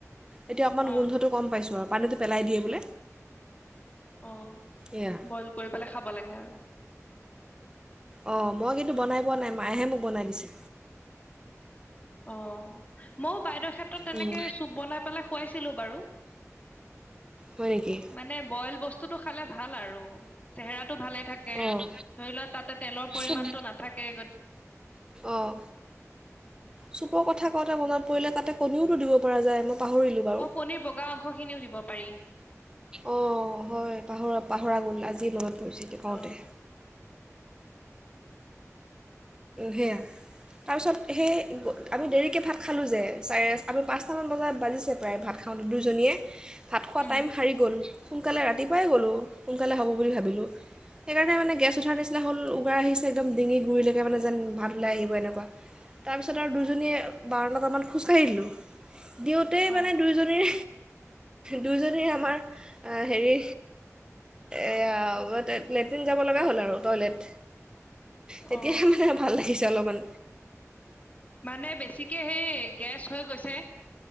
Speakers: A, on the right (about 15°); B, on the left (about 30°).
A: এতিয়া অকমান
B: অ
A: গোন্ধটো কম পাইছোঁ আৱ, পানীটো পেলাই দিয়ে বোলে,
B: অ
A: এয়া
B: বয়েল কৰি পেলাই খাব লাগে আৰু,
A: অ', মই কিন্তু বনাই পোৱা নাই, মায়েহে মোক বনাই দিছে।
B: অহ মও বাইত বাইদেউৰ ক্ষেত্ৰত তেনেকে
A: উম,
B: চুপ বনাই পেলাই খোৱাইছিলো বাৰু,
A: হয় নেকি
B: মানে বয়েল বস্তুটো খালে ভাল আৰু, চেহেৰাত, ভালে থাকে
A: অঁ
B: ধৰি লোৱা তাতে তেলৰ পৰিমাণ
A: চুপ
B: টো নাথাকে, গতি
A: অঁ চুপৰ কথা কওঁতে মনত পৰিলে, তাতে কণীওতো দিব পৰা যায়। পাহৰিলোঁ বাৰু
B: অ', কণীৰ বগা অংশ খিনিও দিব পাৰি।
A: অ', হয় পাহৰা-পাহৰা গ'ল আজি মনত, পৰিছিলে
B: অ
A: কওঁতে, সেয়া তাৰপিছত সেই আমি দেৰিকে ভাত খালোঁ যে চাৰে আমি পাঁচটামান বজাত বাজিছে প্ৰায় ভাত খাওঁতে দুইজনীয়ে ভাত খোৱা
B: উম।
A: টাইম সাৰি গ'ল সোনকালে ৰাতিপুৱাই গ'লোঁ। সোনকালে হ'ব বুলি ভাবিলোঁ, সেইকাৰণে মানে গেছ উঠাৰ নিচনা হ'ল উগাৰ আহিছে একদম ডিঙি গুৰিলে মানে যেন ভাত ওলাই আহিব এনেকুৱা তাৰপিছত আৰু দুইজনীয়ে বাৰণটামান খোজকাঢ়িলোঁ। দিওঁতেই
B: অ
A: মানে দুয়োজনীৰ, দুইজনী আমাৰ হেৰি, এয়া', লেট্ৰিন যাব লগা হ'ল আৰু টয়লেট। তেতিয়াহে
B: অ
A: মানে ভাল লাগিছে অলমান,
B: মানে বেছিকে সেই গেছ হৈ গৈছে। <inaudible>